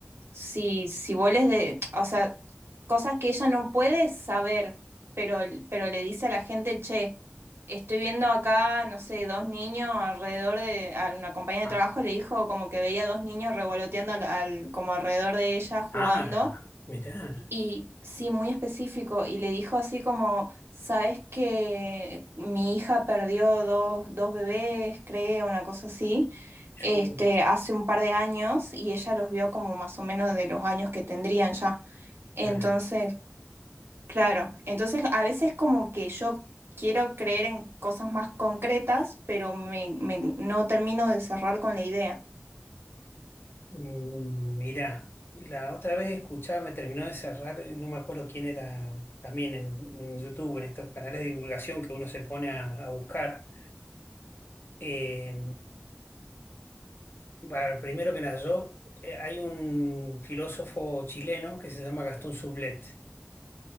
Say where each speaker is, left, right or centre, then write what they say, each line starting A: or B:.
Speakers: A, on the right (about 70°); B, on the left (about 60°).
A: si, si vos les de, o sea, cosas que ella no puede saber, pero, pero le dice a la gente, che, estoy viendo acá, no sé, dos niños alrededor de, a una compañía de
B: Ah,
A: trabajo le dijo como que veía dos niños revoloteando al, al- como alrededor de ella jugando
B: ah, mirá.
A: y sí, muy específico. Y le dijo así como, ¿sabes que mi hija perdió dos, dos bebés, creo, una cosa así,
B: Yo,
A: este, hace un par de años y ella los vio como más o menos de los años que tendrían ya.
B: claro.
A: Entonces, claro, entonces a veces como que yo quiero creer en cosas más concretas, pero me, me- no termino de cerrar con la idea.
B: Mm, Mirá. La otra vez escuchaba, me terminó de cerrar, eh, no me acuerdo quién era, también en, en YouTube, en estos canales de divulgación que uno se pone a, a buscar. eh, Bueno, primero que nada, yo, eh, hay un filósofo chileno que se llama Gastón Sublet,